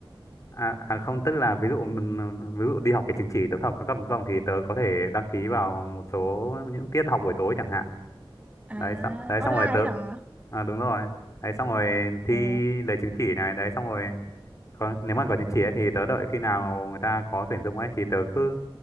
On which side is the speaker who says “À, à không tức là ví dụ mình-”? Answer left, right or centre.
Left